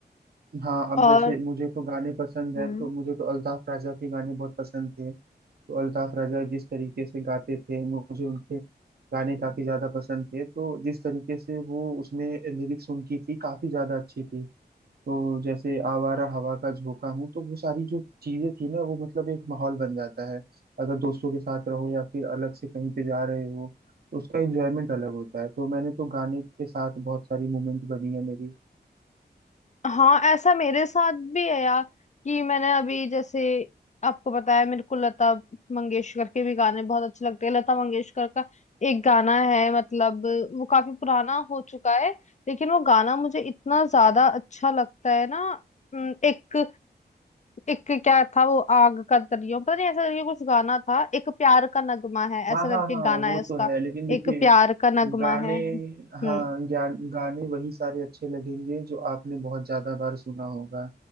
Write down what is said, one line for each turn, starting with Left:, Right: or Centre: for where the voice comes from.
Right: हाँ अब
Left: और
Right: जैसे मुझे तो गाने पसंद
Left: हम्म
Right: है तो मुझे तो अल्ताफ राजा के गाने बहुत पसंद थे तो अल्ताफ राजा जिस तरीके से गाते थे मुझे उनके गाने काफी ज्यादा पसंद थे तो जिस तरीके से वो उसमें लिरिक्स उनकी थी काफी ज्यादा अच्छी थी तो जैसे आवारा हवा का झोंका हूँ तो वो सारी जो चीजें थी ना वो मतलब एक माहौल बन जाता है अगर दोस्तों के साथ रहो या फिर अलग से कहीं पे जा रहे हो तो उसका एंजॉयमेंट अलग होता है तो मैंने तो गाने के साथ बहुत सारी मोमेंट बनी है मेरी
Left: हाँ ऐसा मेरे साथ भी है यार कि मैंने अभी जैसे आपको बताया मेरे को लता मंगेशकर के भी गाने बहुत अच्छे लगते हैं लता मंगेशकर का एक गाना है मतलब वो काफी पुराना हो चुका है लेकिन वो गाना मुझे इतना ज्यादा अच्छा लगता है ना हम्म, एक एक क्या था वो आग का दरियो पता नहीं ऐसा करके कुछ गाना था एक प्यार का नगमा है
Right: हाँ
Left: ऐसा
Right: हाँ
Left: करके
Right: हाँ
Left: गाना
Right: वो
Left: है उसका
Right: तो है लेकिन देखिए
Left: एक प्यार का नगमा
Right: गाने
Left: है हम्म
Right: हाँ ज्ञान गाने वही सारे अच्छे लगेंगे जो आपने बहुत ज्यादा बार सुना होगा